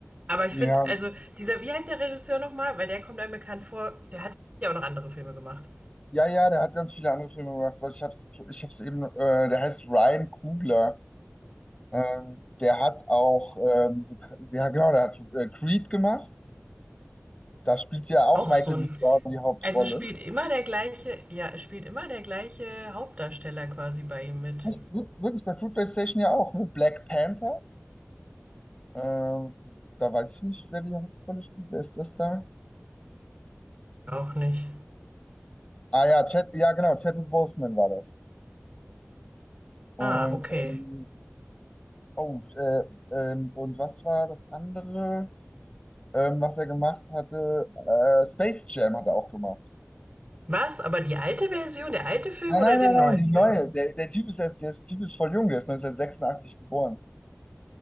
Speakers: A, on the right; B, on the left.
A: Aber ich
B: Ja,
A: finde, also dieser, wie heißt der Regisseur nochmal? Weil der kommt einem bekannt vor, der hat ja auch noch andere Filme gemacht.
B: ja, ja, der hat ganz viele andere Filme gemacht. Was ich hab's, ich hab's eben, äh, der heißt Ryan Coogler. Ähm, der hat auch, ähm, so, ja genau, der hat äh, Creed gemacht. Da spielt ja auch
A: Auch
B: Michael
A: so
B: B.
A: ein,
B: Jordan die Hauptrolle.
A: also spielt immer der gleiche, ja, es spielt immer der gleiche Hauptdarsteller quasi bei ihm mit.
B: Echt, wir- wirklich bei Fruitvale Station ja auch, ne? Black Panther. Ähm, da weiß ich nicht, wer die Hauptrolle spielt. Wer ist das da?
A: Auch nicht.
B: Ah ja, Chad, ja genau, Chadwick Boseman war das. Und
A: Ah, okay.
B: ähm, oh, äh, ähm, und was war das andere, ähm, was er gemacht hatte? Äh, Space Jam hat er auch gemacht.
A: Was? Aber die alte Version, der alte Film
B: Nein,
A: oder
B: nein,
A: den
B: nein, nein,
A: neuen
B: die neue.
A: Film?
B: Der, der Typ ist erst, der Typ ist voll jung, der ist 1986 geboren.